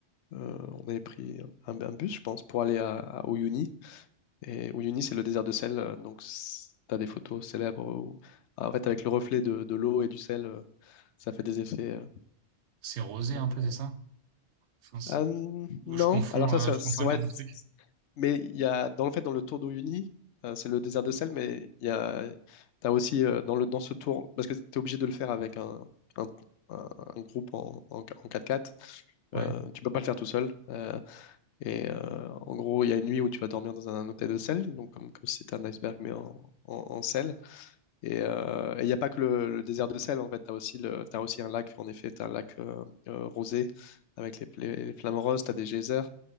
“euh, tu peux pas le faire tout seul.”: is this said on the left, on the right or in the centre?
Left